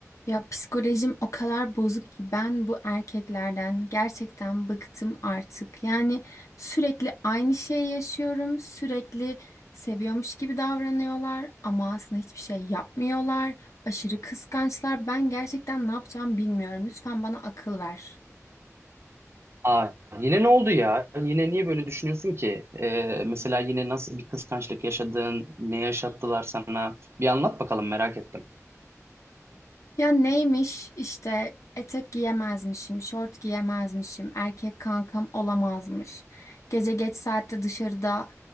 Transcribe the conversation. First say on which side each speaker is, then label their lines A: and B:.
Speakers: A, on the left (about 70°); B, on the right (about 50°).
A: Ya psikolojim o kadar bozuk ki ben bu erkeklerden gerçekten bıktım artık. Yani sürekli aynı şeyi yaşıyorum, sürekli seviyormuş gibi davranıyorlar ama aslında hiçbir şey yapmıyorlar. Aşırı kıskançlar. Ben gerçekten ne yapacağımı bilmiyorum. Lütfen bana akıl ver.
B: Aa, yine ne oldu ya? Yine niye böyle düşünüyorsun ki? Ee, mesela yine nasıl bir kıskançlık yaşadın? Ne yaşattılar sana? Bir anlat bakalım merak ettim.
A: Ya neymiş işte etek giyemezmişim, şort giyemezmişim, erkek kankam olamazmış. Gece geç saatte dışarıda